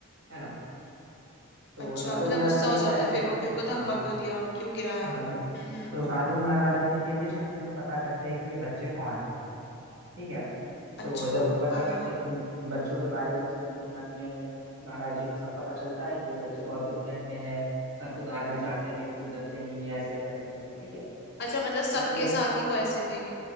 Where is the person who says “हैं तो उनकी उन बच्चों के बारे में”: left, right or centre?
Right